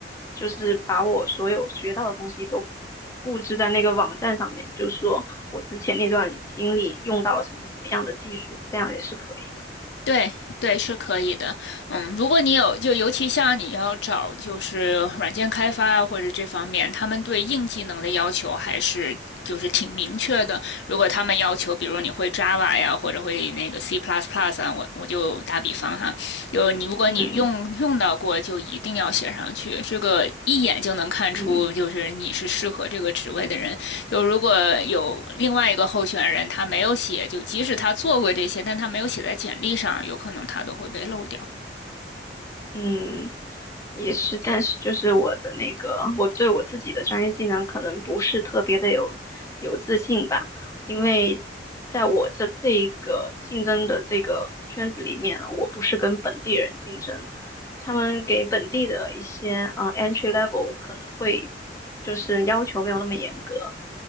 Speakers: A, on the left; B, on the left.
A: 就是把我所有学到的东西都布置在那个网站上面，就说我之前那段经历用到了什么什么样的技术，这样也是可以的。
B: 对对，是可以的。嗯，如果你有，就尤其像你要找就是软件开发啊，或者这方面，他们对硬技能的要求还是就是挺明确的。如果他们要求，比如你会 Java 呀，或者会那个 C++ 啊，我我就打比方哈，就你如果你用用到过，
A: 嗯嗯。
B: 就一定要写上去。这个一眼就能看出，
A: 嗯
B: 就是你是适合这个职位的人。就如果有另外一个候选人他没有写，就即使他做过这些，但他没有写在简历上，有可能他都会被漏掉。
A: 嗯，也是，但是就是我的那个，我对我自己的专业技能可能不是特别的有有自信吧，因为在我这这一个竞争的这个圈子里面啊，我不是跟本地人竞争，他们给本地的一些呃 entry level 可能会就是要求没有那么严格，